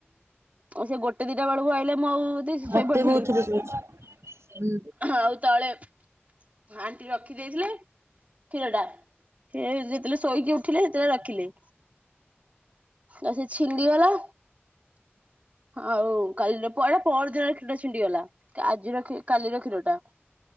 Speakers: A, on the right; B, on the right.
A: ଆଉ ସେ ଗୋଟେ ଦିଟା ବେଳକୁ ଆଇଲେ ମୁଁ ଆଉ ଶୋଇପଡିଥିଲି।
B: ମତେ ବହୁତ ଥର ଶୁଭୁଛି। ହୁଁ
A: ଆଉ ତଳେ ହାଣ୍ଟି ରଖି ଦେଇଥିଲେ। କ୍ଷୀର ଟା ସେ ଯେତେବେଳେ ଶୋଇକି ଉଠିଲେ ସେତେବେଳେ ରଖିଲେ। ଆଉ ସେ ଛିଣ୍ଡି ଗଲା। ଆଉ କାଲିରଟା ପହର୍ ଦିନରେ କ୍ଷୀରଟା ଛିଣ୍ଡିଗଲା ଆଜିର କ କାଲିର କ୍ଷୀର ଟା।